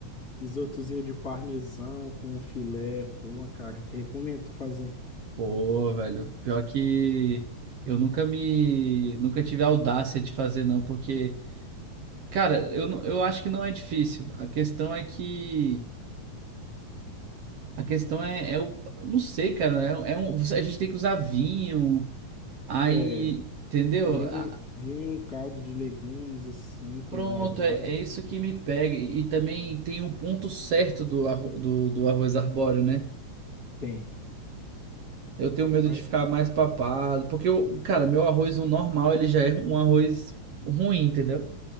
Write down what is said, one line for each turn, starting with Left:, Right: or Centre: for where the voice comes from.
Left: isotozinho de parmesão com filé, pô, cara. Te recomendo tu fazer.
Right: Pô, velho, pior que. Eu nunca me. Nunca tive a audácia de fazer, não, porque. Cara, eu, não- eu acho que não é difícil. A questão é que. A questão é, é o, não sei, cara, é, é um, você- a gente tem que usar vinho, aí,
Left: É.
Right: entendeu?
Left: Vinho,
Right: Ah,
Left: em- vinho em um caldo de legumes, assim, quando
Right: Pronto,
Left: é mais básico.
Right: é, é isso que me pega. E, também tem um ponto certo do, arro- do, do arroz arbóreo, né?
Left: Tem.
Right: Eu tenho medo
Left: Ai,
Right: de ficar mais papado, porque eu, cara, meu arroz o normal, ele já é um arroz ruim, entendeu?